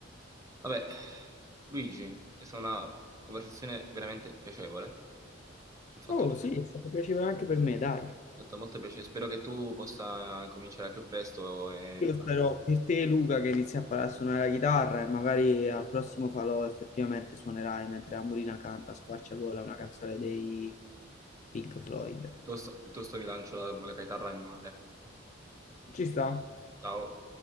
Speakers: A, on the right; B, on the left.
A: Vabbè, Luigi, questa è stata una conversazione veramente piacevole. Mi ha fatto
B: Oh,
A: molto,
B: sì,
A: mi
B: è stato piacevole anche per me, dai.
A: ha fatto molto piacere. Spero che tu possa cominciare al più presto e
B: Io spero per te, Luca, che inizi a imparare a suonare la chitarra e magari al prossimo falò effettivamente suonerai mentre la Murina canta a squarciagola una canzone dei Pink Floyd.
A: piuttosto, piuttosto mi lancio la la chitarra in mare.
B: Ci sta?
A: Ciao.